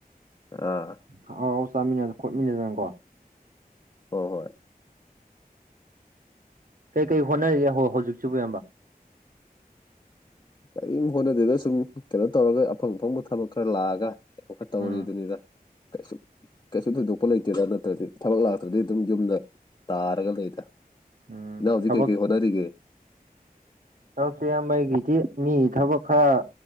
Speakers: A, on the left; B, on the right.
A: ꯑ
B: ꯑꯥꯎ ꯑꯥꯎ ꯆꯥꯃꯤꯟꯅꯗ ꯈꯣꯠꯃꯤꯟꯅꯗꯅꯪꯀꯣ
A: ꯍꯣꯏ ꯍꯣꯏ
B: ꯀꯩ ꯀꯔꯤ ꯍꯣꯠꯅꯔꯤꯒꯦ ꯍ ꯍꯧꯖꯤꯛꯁꯤꯕꯨ ꯏ
A: ꯀꯔꯤꯝ ꯍꯣꯠꯅꯗꯗ ꯁꯨꯝ ꯀꯩꯅꯣ ꯇꯧꯔꯒ ꯑꯐꯪ ꯑꯐꯪꯕ ꯊꯕꯛ ꯈꯔ ꯂꯥꯛꯑꯒ ꯋꯥꯈꯠ ꯇꯧꯔꯤꯗꯨꯅꯤꯗ
B: ꯎꯝ
A: ꯀꯩꯁꯨ ꯀꯩꯁꯨ ꯊꯣꯏꯗꯣꯛꯄ ꯂꯩꯇꯦꯗ ꯅꯠꯇ꯭ꯔꯗꯤ ꯊꯕꯛ ꯂꯥꯛꯇ꯭ꯔꯗꯤ ꯑꯗꯨꯝ ꯌꯨꯝꯗ ꯇꯥꯔꯒ ꯂꯩꯗ
B: ꯎꯝ
A: ꯏꯅꯥꯎꯖꯤ
B: ꯊꯕꯛ
A: ꯀꯩꯀꯩ ꯍꯣꯠꯅꯔꯤꯒꯦ
B: ꯊꯕꯛꯁꯦ ꯑꯌꯥꯝꯕꯩꯒꯤꯗꯤ ꯃꯤ ꯊꯕꯛ ꯈꯔ